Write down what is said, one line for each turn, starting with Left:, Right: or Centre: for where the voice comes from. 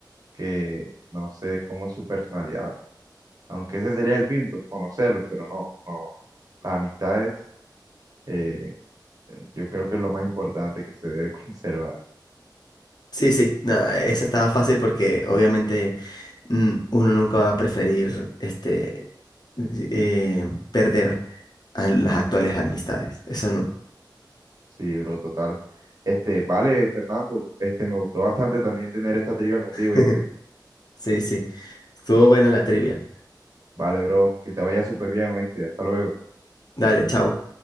Right: que no sé cómo es su personalidad. Aunque ese sería el fin, pues conocerlos, pero no, no, no. Las amistades, eh, yo creo que es lo más importante que se debe <laughs> conservar.
Left: Sí, sí, no, esa estaba fácil porque obviamente mm, uno nunca va a preferir este eh, perder a las actuales amistades, eso no.
Right: Sí, bro, total. Este, vale, Fernando, este, me gustó bastante también tener esta trivia contigo, ¿viste?
Left: <laughs> Sí, sí. Estuvo buena la trivia.
Right: Vale, bro, que te vaya súper bien, ¿viste? Hasta luego.
Left: Dale, chao.